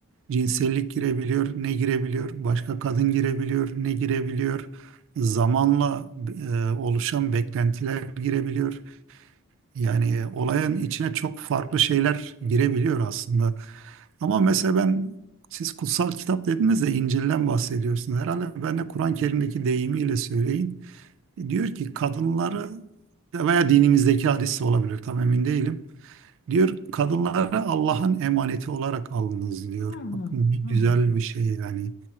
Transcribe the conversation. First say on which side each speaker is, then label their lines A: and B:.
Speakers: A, on the right; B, on the left.
A: Cinsellik girebiliyor, ne girebiliyor? Başka kadın girebiliyor, ne girebiliyor? Zamanla e, oluşan beklentiler girebiliyor. Yani e, olayın içine çok farklı şeyler girebiliyor aslında. Ama mesela ben siz kutsal kitap dediniz de İncil'den bahsediyorsunuz. Herhalde ben de Kur'an-ı Kerim'deki deyimiyle söyleyin. Diyor ki kadınları veya dinimizdeki hadis de olabilir tam emin değilim. Diyor kadınları Allah'ın emaneti olarak alınız diyor.
B: Hı hı.
A: Bakın ne güzel
B: Hı hı.
A: bir şey yani.